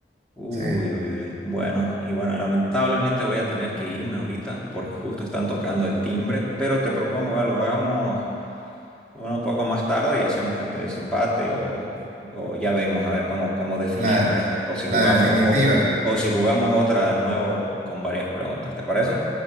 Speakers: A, in the centre; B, on the right.
A: Uy,
B: Sí.
A: uy, uy. Bueno, y bueno, lamentablemente voy a tener que irme ahorita porque justo están tocando el timbre, pero te propongo algo, hagamos Bueno, un poco más tarde y hacemos el de desempate o, o ya vemos a ver cómo, cómo definimos
B: La,
A: esto. O si
B: la
A: jugamos,
B: definitiva.
A: o, o si jugamos otra de nuevo con varias preguntas, ¿te parece?